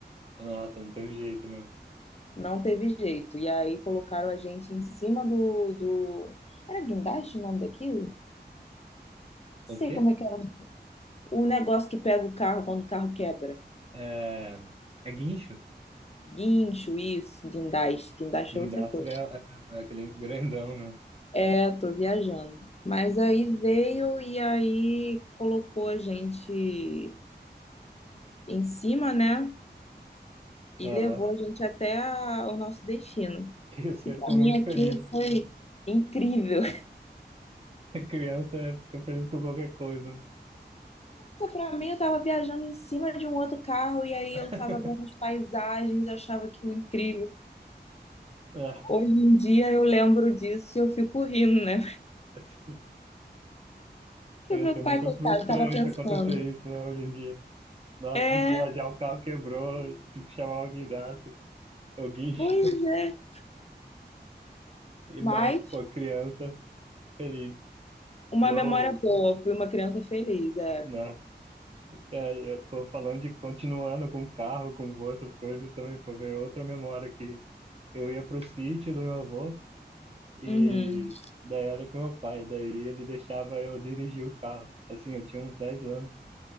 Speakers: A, on the right; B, on the left.
A: nossa, não teve jeito mesmo.
B: Não teve jeito. E aí colocaram a gente em cima do, do... Era guindaste o nome daquilo? Não
A: O
B: Sei
A: quê?
B: como é que era. O negócio que pega o carro quando o carro quebra.
A: É, é guincho.
B: Guincho, isso, guindaste. Guindaste
A: Guindastro
B: é outra coisa.
A: é, é- é aquele grandão mesmo.
B: É, tô viajando. Mas aí veio e aí colocou a gente em cima, né? E
A: Aham.
B: levou a
A: <laughs>
B: gente até a- o nosso destino.
A: E você
B: E pra
A: ficou muito
B: mim aquilo
A: feliz.
B: foi incrível.
A: A criança fica feliz com qualquer coisa.
B: Nossa, pra mim, eu tava viajando em cima de um outro carro e aí
A: <laughs>
B: eu tava vendo as paisagens, eu achava aquilo incrível.
A: É,
B: Hoje em dia eu lembro disso e eu fico rindo, né?
A: assim,
B: Porque
A: ia
B: o meu
A: ser
B: pai,
A: muito
B: coitado,
A: frustrante
B: tava pensando.
A: acontecer isso, né, hoje em dia. Nossa,
B: É,
A: por viajar o carro quebrou, tive que chamar o guindaste, o guincho,
B: pois é.
A: <laughs> e
B: Mas
A: Mike, pô, criança, feliz.
B: uma
A: Eu,
B: memória boa, fui uma criança feliz, é.
A: né, é, eu, pô, falando de, continuando com carro, com voo, essas coisas também, pô, veio outra memória que eu ia pro sítio do meu avô e
B: Uhum.
A: daí era com meu pai, daí ele deixava eu dirigir o carro, assim, eu tinha uns 10 anos,